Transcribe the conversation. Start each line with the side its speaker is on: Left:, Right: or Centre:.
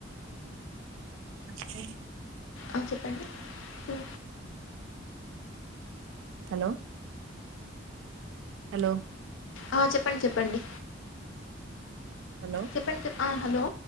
Right: నే
Left: అ చెప్పండి ఇ
Right: హలో హలో
Left: ఆ చెప్పండి చెప్పండి
Right: హలో
Left: చెప్పండి చెప్ ఆ హలో